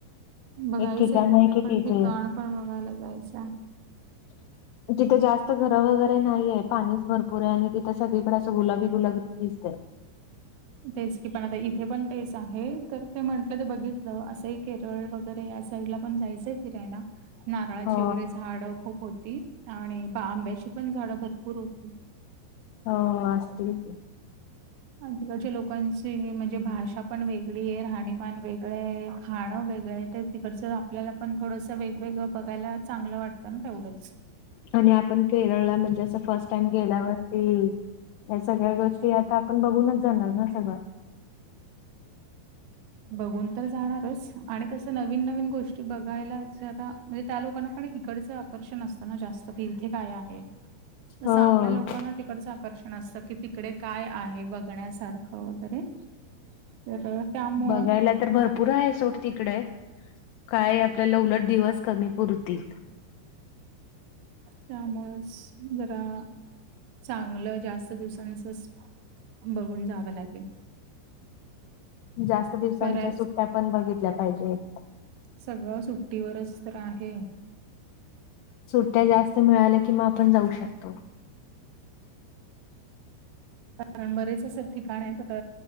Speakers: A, on the right; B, on the left.
A: बघायचायं
B: एक ठिकाण आहे
A: ते
B: कि
A: पण
B: तिथे
A: ठिकाण पण बघायला जायचंय.
B: <inaudible> तिथे जास्त घरं वगैरे नाहीये. पाणीच भरपूर आहे आणि तिथं सगळीकड असं गुलाबी गुलाबी दिसतय.
A: तेच की पण आता इथे पण तेच आहे तर ते म्हंटलं ते बघितलं असंही केरळ बघ -- तर या साईड ला पण जायचंय फिरायला. नारळाची
B: हो
A: वगैरे झाड खूप होती आणि बा आंब्याची पण झाड भरपूर होती.
B: होव असतील की.
A: तिकडच्या लोकांची म्हणजे भाषा पण वेगळी ये राहणीमान वेगळं ये खाणं वेगळं ये, ते तिकडचं आपल्याला पण थोडंसं वेगवेगळं बघायला, चांगलं वाटतं ना तेवढंच.
B: आणि आपण केरळला म्हणजे असं फस्ट टाइम गेल्यावरती या सगळ्या गोष्टी आता आपण बघूनच जाणार न सगळं.
A: बघून तर जाणारच आणि कसं नवीन-नवीन गोष्टी बघायला जरा म्हणजे त्या लोकांना पण इकडचं आकर्षण असतं ना जास्त. इथे काय आहे, तसं
B: हो
A: आपल्या लोकांना तिकडचा आकर्षण असतं की तिकडे काय आहे बघण्यासारखं वगैरे, तर त्यामुळं
B: बघायल्यात तर भरपूर आहे सोड तिकडे काय आपल्याला उलट दिवस कमी पुरतील.
A: त्यामुळेच जरा -- चांगलं जास्त दिवसांचच बघून जावं लागेल.
B: जास्त दिवसांच्या
A: कराय
B: सुट्टया पण बघितल्या पाहिजेत.
A: सगळं सुट्टीवरच तर आहे.
B: सुट्ट्या जास्त मिळाल्या की, म् आपण जाऊ शकतो.
A: कारण बरेच असे ठिकाण आहेत, आता